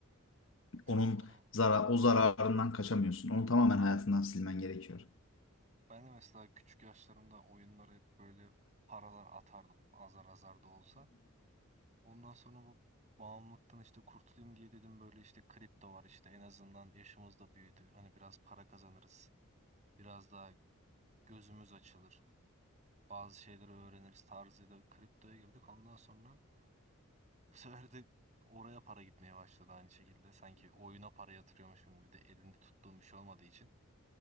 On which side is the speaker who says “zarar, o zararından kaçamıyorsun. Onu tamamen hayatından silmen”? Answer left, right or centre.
Left